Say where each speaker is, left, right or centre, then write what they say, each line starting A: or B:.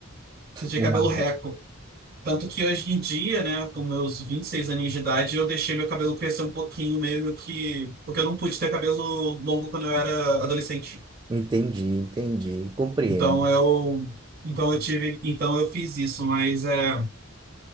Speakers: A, on the right; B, on the right.
A: você tinha
B: uma-
A: cabelo reco. Tanto que hoje em dia, né, com meus 26 aninhos de idade, eu deixei meu cabelo crescer um pouquinho, meio que, porque eu não pude ter cabelo longo quando eu era adolescente.
B: Entendi, entendi. Compreendo.
A: Então eu, então eu tive, então eu fiz isso, mas é